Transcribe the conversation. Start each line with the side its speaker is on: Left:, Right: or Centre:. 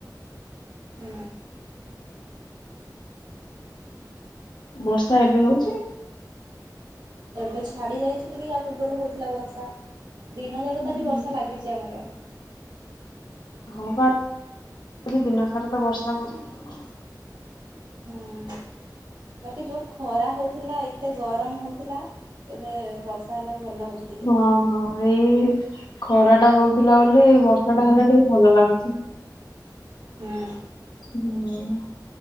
Right: ହୁଁ।
Left: ବର୍ଷା ଏବେ ହୋଉଚି।
Right: ଏବେ ଛାଡି ଯାଇଚି ଟିକେ ୟା ପୂର୍ବରୁ ହୋଉଥିଲା ବର୍ଷା। ଦିନ ଯାକ ତ
Left: ହୁଁ।
Right: ଆଜି ବର୍ଷା ଲାଗିଚି ଆମର।
Left: ହଁ ବା ଆଜି ଦିନ ସାରା ତ ବର୍ଷା ହୋଉଚି ଆଉ।
Right: ହୁଁ ବାକି ଯୋଉ ଖରା ହୋଉଥିଲା ଏତେ ଗରମ ହୋଉଥିଲା ଏବେ ବର୍ଷା ହେଲା ଭଲ ଲାଗୁଚି।
Left: ହଁ ହଁ ଏଇ ଖରା ଟା ହୋଉ ଥିଲା ବୋଲି ବର୍ଷାଟା ହେଲେ ଟିକେ ଭଲ ଲାଗୁଚି।
Right: ହୁଁ
Left: ହଁ।